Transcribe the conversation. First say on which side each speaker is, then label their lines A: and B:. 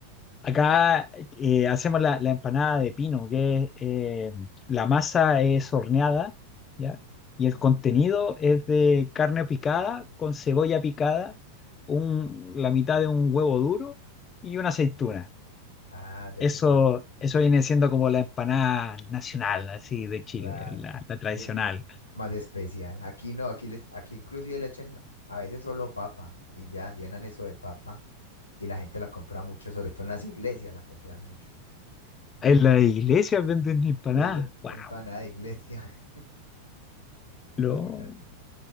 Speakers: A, on the left (about 25°); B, on the left (about 80°).
A: Acá eh, hacemos la, la empanada de pino, que es, eh, la masa es horneada, ¿ya? Y
B: Mm,
A: el contenido
B: Ya.
A: es de carne picada con cebolla picada, un, la mitad de un huevo duro y una aceituna.
B: Ah, ya
A: Eso,
B: sí es más
A: eso viene siendo como la empanada nacional, así de Chile,
B: claro
A: la, la tradicional.
B: Ya sí es más especial. Aquí no, aquí, le, aquí inclusive le echan a veces solo papa y ya llenan eso de papa y la gente la compra mucho, sobre todo en las iglesias la compran mucho.
A: En la iglesia
B: Le
A: venden empanadas.
B: le dicen
A: ¡Wow!
B: empanada de iglesia. Imagínate,
A: Lo-